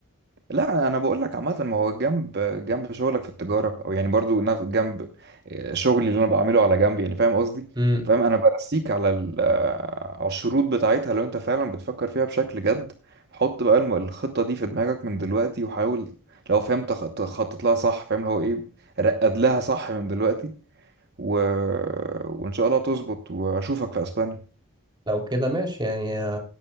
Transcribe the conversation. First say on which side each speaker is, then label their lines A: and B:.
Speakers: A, on the right; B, on the right.
A: لا انا بقول لك عامه ما هو جنب جنب شغلك في التجاره او يعني برضو نف- جنب آه، شغلي اللي انا بعمله على جنب يعني فاهم قصدي
B: امم
A: فاهم انا برسيك على ال- آه، على الشروط بتاعتها لو انت فعلا بتفكر فيها بشكل جد حط بقى الم- الخطه دي في دماغك من دلوقتي وحاول لو فاهم تخ- تخطط لها صح فاهم اللي هو ايه رقد لها صح من دلوقتي و... وان شاء الله تظبط واشوفك في اسبانيا
B: لو كده ماشي يعني